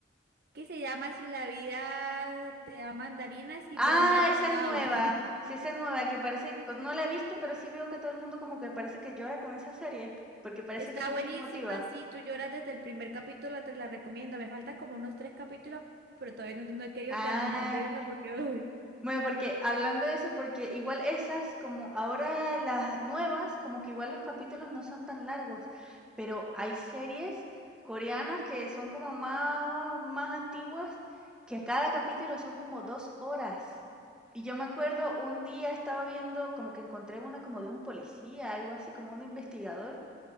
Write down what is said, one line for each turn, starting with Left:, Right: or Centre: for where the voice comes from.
Right: que se llama Si la vida te da mandarinas, sí,
Centre: Ah,
Right: pero no la he terminado.
Centre: esa es nueva.
Right: <laughs>
Centre: Sí, esa es nueva, que parece que no la he visto, pero sí veo que todo el mundo como que parece que llora con esa serie, porque parece
Right: Está
Centre: que es muy
Right: buenísima,
Centre: emotiva.
Right: sí, tú lloras desde el primer capítulo, te la recomiendo. Me faltan como unos tres capítulos, pero todavía no, no he querido
Centre: Ah.
Right: terminar de verla porque... <laughs> uy.
Centre: Bueno, porque hablando de eso, porque igual esas, como ahora las nuevas, como que igual los capítulos no son tan largos, pero hay series coreanas que son como más, más antiguas, que a cada capítulo son como dos horas. Y yo me acuerdo un día estaba viendo, como que encontré una como de un policía, algo así, como un investigador,